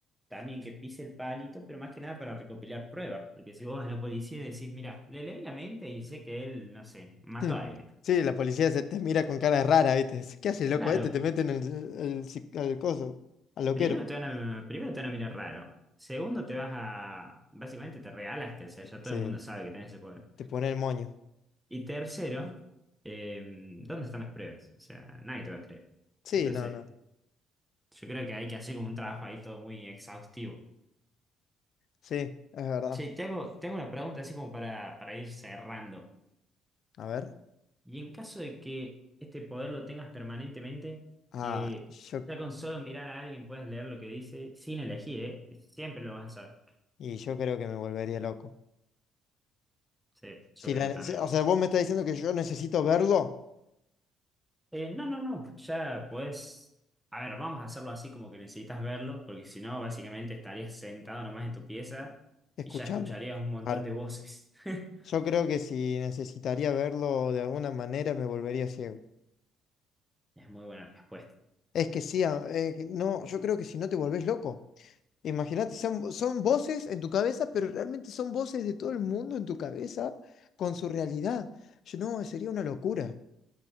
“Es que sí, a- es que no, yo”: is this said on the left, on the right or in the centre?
Left